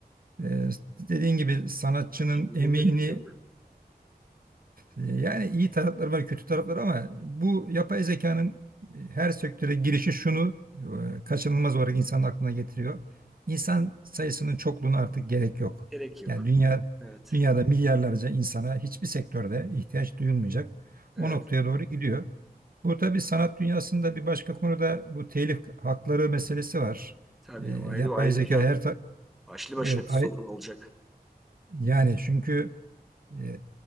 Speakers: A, on the right; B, in the centre.
A: Ee, dediğin gibi sanatçının
B: Şimdi
A: emeğini
B: gerek yok.
A: e, yani iyi tarafları var, kötü tarafları ama bu yapay zekanın e, her sektöre girişi şunu e, kaçınılmaz olarak insanın aklına getiriyor. İnsan sayısının çokluğuna artık gerek yok.
B: Gerek yok.
A: Yani dünya
B: Evet.
A: dünyada milyarlarca insana hiçbir sektörde ihtiyaç duyulmayacak.
B: Evet.
A: O noktaya doğru gidiyor. Bu tabii sanat dünyasında bir başka konuda bu telif hakları meselesi var.
B: Tabii
A: Ee, yapay
B: ayrı ayrıca
A: zeka her ta-
B: başlı başına
A: evet
B: bir sorun olacak.
A: Yani çünkü e,